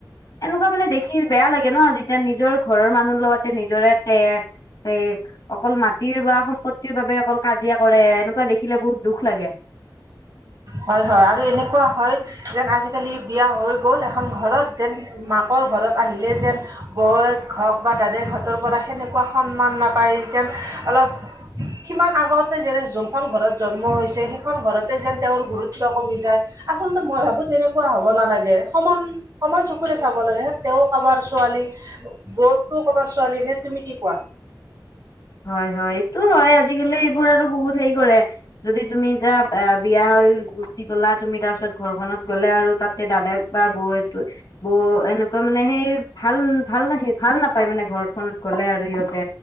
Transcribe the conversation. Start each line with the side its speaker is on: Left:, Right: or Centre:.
Left: এনেকুৱা মানে দেখ বেয়া লাগে ন যেতিয়া নিজৰ ঘৰৰ মানুহ লগতে নিজৰে বেয়া, ফেক অকল মাটিৰ বা সম্পত্তিৰ বাবে অকল কাজিয়া কৰে এনেকুৱা দেখিলে বহুত দুখ লাগে।
Right: হয় হয় আৰু এনেকুৱা হয়। যেন আজিকালি বিয়া হৈ গ'ল এখন ঘৰত যেন মাকৰ ঘৰত আহিলে যেন বৌয়েক হওক বা দাদাৰ হেতৰ পৰা সেনেকুৱা সন্মান নাপায় যেন অলপ কিমান আগতে যেনে যোনখন ঘৰত জন্ম হৈছে সেইখন ঘৰতে যেন তেওঁৰ গুৰুত্ব কমি যায় আচলতে মই ভাবো তেনেকুৱা হ'ব নালাগে সমান সমান চকুৰে চাব লাগে, তেওঁ কাবাৰ ছোৱালী বৌকতো ক'বাৰ ছোৱালী নে, তুমি কি কোৱা।
Left: হয় হয় এইটো হয় আজিকালি এইবোৰ আৰু বহুত হেৰি কৰে। যদি তুমি যা এয়া বিয়া হৈ গুচি গ'লা তুমি তাৰপিছত ঘৰখনত গ'লে আৰু তাতে দাদাক বা বৌয়েতো, বৌ এনেকুৱা মানে সেই ভাল ভাল লাগে ভাল নাপায় মানে ঘৰখনত গ'লে আৰু সিহঁতে,